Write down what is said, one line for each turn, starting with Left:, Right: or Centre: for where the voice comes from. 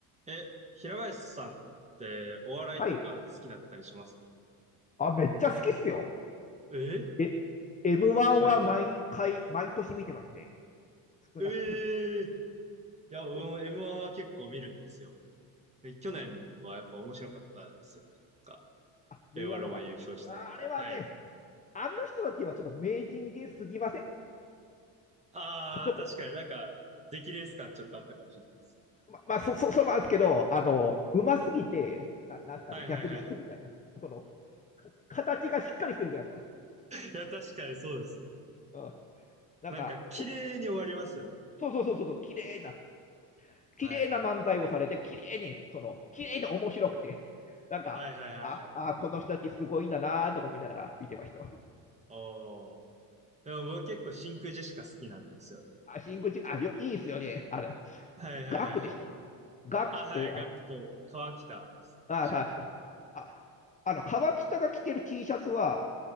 Right: え、平林さんってお笑いとか好きだったりしますか
Left: はい。あ、めっちゃ好きっすよ。
Right: え
Left: え、M1
Right: はい。
Left: は毎回、毎年見てますね。少なくても。
Right: ええいや、俺も
Left: どうですか、
Right: M1
Left: 矢野さんは。
Right: は結構見るんですよ。で去年はやっぱ面白かったですよね。なんか、
Left: あ、
Right: 令和ロマン優勝してみたいな。
Left: 令和ロマン。ああれはね、
Right: はい。
Left: あの人たちはちょっと名人芸すぎません
Right: ああ、
Left: とても
Right: 確かになんか、出来レース感ちょっとあったかもしれないです。
Left: ままあ、そ、そ、そうなんですけど、あの、うますぎて、な、なんすかね、
Right: はいはいはいはい。
Left: 逆に引くみたいな。その、か形がしっかりしてるじゃないですか。
Right: いや、確かにそうですね。
Left: うん。なんか、
Right: なんか、綺麗に終わりますよね。
Left: こそうそうそうそうそう、綺麗な、
Right: はいはいはい。
Left: 綺麗な漫才をされて、綺麗に、その、綺麗に面白くて、<laughs> なんか、
Right: はいはいはいはい。
Left: あ、あ、この人たちすごいんだなとか思いながら見てましたわ。
Right: おー。でも僕結構真空ジェシカ好きなんですよね。
Left: あシンクジあ、よ、いいっすよね。あれ、
Right: はいはいはいはい。
Left: ガクでしたね。ガクと、
Right: あ、はい、ガクと川北ですね、
Left: あ、あ、
Right: 確か。
Left: 川北。あ、あの、川北が着てる T シャツは、